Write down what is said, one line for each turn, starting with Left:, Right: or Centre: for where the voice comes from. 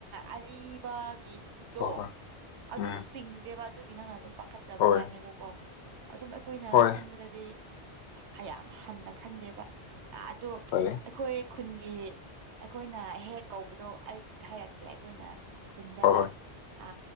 Right: ꯑꯔꯤꯕꯒꯤ ꯇꯣ
Left: ꯍꯣꯏ ꯍꯣꯏ
Right: ꯑꯗꯨꯗꯣ
Left: ꯎꯝ
Right: ꯁꯤꯡꯗꯦꯕ ꯑꯗꯨꯒꯤ ꯅꯪꯅ ꯑꯗꯨꯝ ꯄꯥꯈꯠꯆꯕ
Left: ꯍꯣꯏ
Right: ꯋꯥꯅꯦꯕꯀꯣ ꯑꯗꯨꯝ ꯑꯩꯈꯣꯏꯅ
Left: ꯍꯣꯏ
Right: ꯈꯟꯕꯗꯗꯤ ꯌꯥꯝ ꯍꯟꯅ ꯈꯟꯗꯦꯕ ꯑꯗꯣ
Left: ꯐꯩꯌꯦ
Right: ꯑꯩꯈꯣꯏ ꯈꯨꯟꯒꯤ ꯑꯩꯈꯣꯏꯅ ꯍꯦꯛ ꯀꯧꯕꯗꯣ ꯑꯩ ꯍꯥꯏꯔꯛꯀꯦ ꯑꯩꯈꯣꯏꯅ ꯈꯨꯟꯗ
Left: ꯍꯣꯏ ꯍꯣꯏ
Right: ꯑ